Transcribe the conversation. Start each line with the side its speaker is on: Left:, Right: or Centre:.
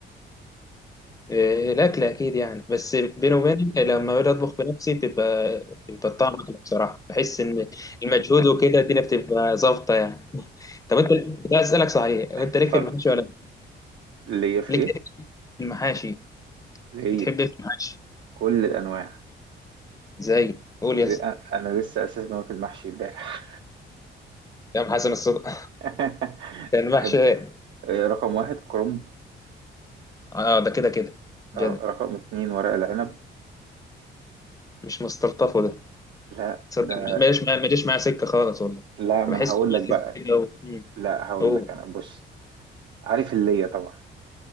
Left: إيه، الأكل أكيد يعني بس بيني وبينك لما باجي أطبخ بنفسي بتبقى بيبقى الطعم أحلى بصراحة بحس إن المجهود وكده الدنيا بتبقى ظابطة يعني <laughs> طب أنت كنت عايز أسألك صحيح أنت
Right: اتفضل
Left: ليك في المحاشي ولا لأ؟
Right: اللي هي في
Left: ليك
Right: ايه؟
Left: إيه في المحاشي
Right: اللي
Left: بتحب
Right: هي
Left: إيه في المحاشي
Right: كل الانواع
Left: زي قول
Right: ل-
Left: يا اسطى
Right: انا لسه اساسا واكل محشي امبارح
Left: يا عم حسن الصدق
Right: <laughs>
Left: <laughs> ده المحشي
Right: بحب آه، رقم واحد كرنب
Left: أه ده كده كده جدع
Right: آه، رقم اتنين ورق العنب
Left: مش مستلطفه ده
Right: لا
Left: تصدق
Right: ده
Left: ما جاش معايا ما جاش معايا سكة خالص والله
Right: لا ما
Left: بحس
Right: انا هقول
Left: ميزز
Right: لك بقى
Left: كده و... مم.
Right: لا هقول
Left: أوه
Right: لك انا بص عارف اللي هي طبعا